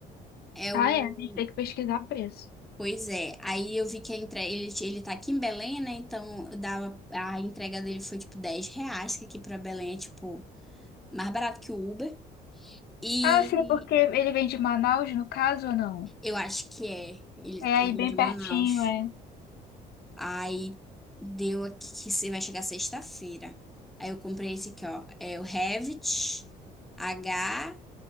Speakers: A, in the centre; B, on the left.
A: É
B: Ah,
A: o
B: é? A gente tem que pesquisar preço.
A: Pois é, aí eu vi que a entrega, ele, ele tá aqui em Belém, né? Então dava, a entrega dele foi tipo 10 reais, que aqui pra Belém é tipo mais barato que o Uber. E
B: Ah, sim, porque ele vem de Manaus, no caso, ou não?
A: eu acho que é, ele
B: É aí
A: vem
B: bem
A: de
B: pertinho,
A: Manaus.
B: é.
A: Aí deu aqui que se vai chegar sexta-feira. Aí eu comprei esse aqui, ó. É o Revit H